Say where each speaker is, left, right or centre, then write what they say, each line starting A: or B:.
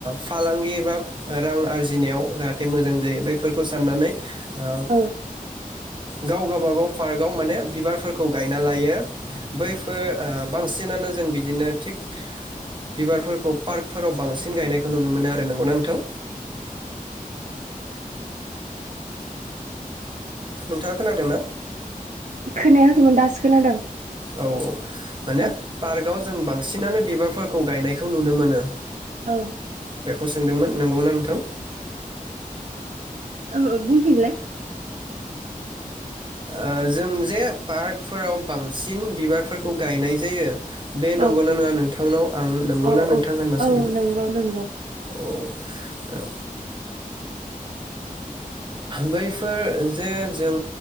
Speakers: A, on the right; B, on the right.
A: फालांगि एबा रां आरजिनायाव जाहाथे मोजां जायो बेफोरखौ साननानै। ओब
B: औ
A: गाव गावबागाव पार्कआव माने बिबारफोरखौ गायना लायो बैफोर ओ बांसिनानो जों बिदिनो थिग बिबारफोरखौ पार्कफोराव बांसिन गायनायखौ नुनो मोनो आरो नंगौना नोंथां। नोंथाङा खोनादोंना।
B: खोनायाखैमोन दासो खोनादों
A: औ औ माने
B: औ
A: पार्कआव जों बां सिनानो बिबारफोरखौ गायनायखौ नुनो मोनो।
B: औ।
A: बेखौ सोंदोंमोन नंगौना नोंथां?
B: औ औ बुंफिनलाय।
A: ओ जों जे पार्कफोराव बांसिन बिबारफोरखौ गायनाय जायो। बे नंगौना
B: औ
A: नङा नोंथांनाव आं नंगौना
B: औ
A: नोंथां
B: औ
A: होनना सोंदोंमोन
B: औ नंगौ नंगौ
A: औ औ। बैफोर जे जों